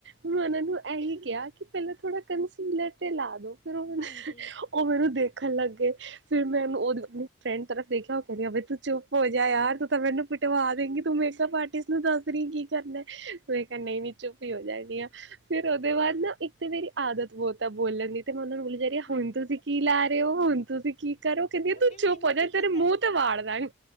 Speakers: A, on the right (about 65°); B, on the left (about 35°).
A: ਮੈਂ ਉਹਨਾਂ ਨੂੰ ਇਹੀ ਕਿਹਾ ਕਿ ਪਹਿਲਾਂ ਥੋੜਾ ਕੰਸੀਲਰ ਤੇ ਲਾ ਦੋ ਫਿਰ ਉਹ
B: ਹਾਂਜੀ
A: ਉਹ ਮੈਨੂੰ ਦੇਖ ਰੱਖਣ ਲੱਗੇ ਫਿਰ ਮੈਂ ਉਹਨੂੰ ਆਪਣੀ ਫਰੈਂਡ ਤਰਫ ਦੇਖਿਆ ਉਹ ਕਹਿੰਦੀ ਤੂੰ ਚੁੱਪ ਹੋ ਜਾ ਯਾਰ ਮੈਨੂੰ ਪਿਟਵਾ ਦੇਂਗੀ ਤੂੰ ਮੇ ਆਰਟਿਸਟ ਨੂੰ ਦੱਸ ਰਹੀ ਕੀ ਕਰਨਾ ਮ ਕਰ ਨੀ ਚੁੱਪ ਹੀ ਹੋ ਜਾਂਦੀ ਆ ਫਿਰ ਉਹਦੇ ਬਾਅਦ ਨਾ ਇੱਕ ਤੇ ਮੇਰੀ ਆਦਤ ਬਹੁਤ ਆ ਬੋਲਣ ਦੀ ਤੇ ਮੈਂ ਉਹਨਾਂ ਨੂੰ ਬੋਲੀ ਜਾ ਰਹੀ
B: ਹਾਂਜੀ
A: ਹੁਣ ਤੁਸੀਂ ਕੀ ਲਾ ਰਹੇ ਹੋ ਹੁਣ ਤੁਸੀਂ ਕੀ ਕਰੋ ਕਹਿੰਦੀ ਤੂੰ
B: ਵੀ
A: ਚੁੱਪ
B: ਮੈਨੂੰ
A: ਹੋ
B: ਵੀ
A: ਜਾ ਤੇਰੇ
B: ਪੱਤਾ
A: ਮੂੰਹ ਤੇ ਵਾੜ ਦਾਂਗੀ।